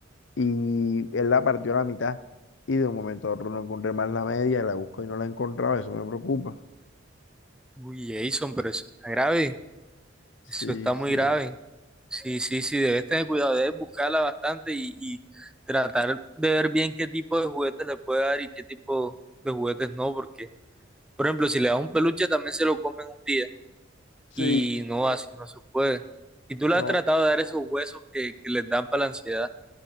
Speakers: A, on the left; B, in the centre.
A: Y él la partió a la mitad y de un momento a otro no encontré más la media, la busco y no la he encontrado, eso me preocupa.
B: Uy, Jason, pero eso está grave,
A: Sí,
B: eso está muy
A: sí.
B: grave. Sí, sí, sí, debes tener cuidado, debes buscarla bastante y, y tratar de ver bien qué tipo de juguetes le puede dar y qué tipo de juguetes no, porque, por ejemplo, si le das un peluche también se lo comen un día
A: Sí,
B: y no, Sí. así no se puede. Y tú le
A: no,
B: has tratado de dar esos huesos que, que les dan para la ansiedad.